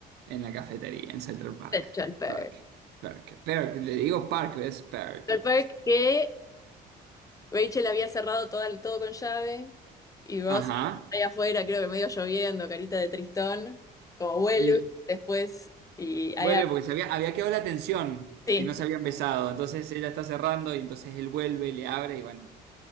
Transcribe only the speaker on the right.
En la cafetería, en Central Park.
Perk, perk, perk. Le digo park, es perk.
Ajá.
Y
vuelve
porque se había, había quedado la tensión,
que no se habían besado. Entonces ella está cerrando y entonces él vuelve, le abre y bueno.